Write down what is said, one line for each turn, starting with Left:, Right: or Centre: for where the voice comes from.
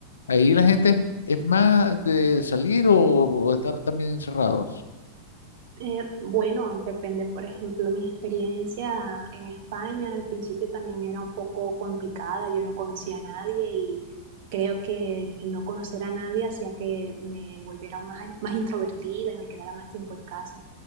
Left: Ahí la gente es, es más de salir o, o estar también encerrados.
Right: Eh, bueno, depende, por ejemplo, mi experiencia en España al principio también era un poco complicada, yo no conocía a nadie y creo que el no conocer a nadie hacía que me volviera más, más introvertida y me quedara más tiempo en casa.